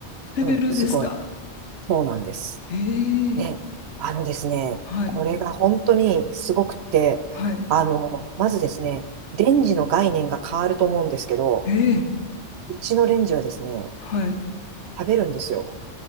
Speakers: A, on the left; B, on the right.
A: レベルですか。
B: うん、すごい。そうなんです。
A: ええ
B: ね、あのですね、
A: はい。
B: これが本当にすごくって、
A: はい。
B: あの、まずですね、レンジの概念が変わると思うんですけど、
A: ええ
B: うちのレンジはですね、
A: はい。
B: 食べるんですよ。